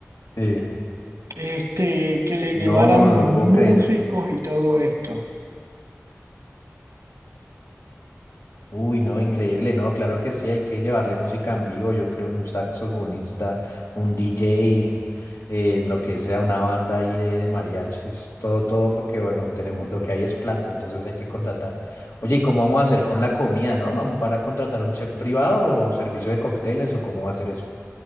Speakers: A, on the left; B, on the right.
A: sí.
B: Este, que le
A: No,
B: lleváramos
A: no lo
B: músicos
A: puedo creer.
B: y todo esto.
A: Uy, no, increíble, no, claro que sí, hay que llevarle música en vivo, yo creo un saxofonista, un DJ, eh, lo que sea, una banda ahí de, de mariachis, todo, todo, porque bueno, tenemos, lo que hay es plata, entonces hay que contratar. Oye, ¿y cómo vamos a hacer con la comida, no? ¿Vamos- ¿Van a contratar un chef privado o servicio de cócteles o cómo va a ser eso?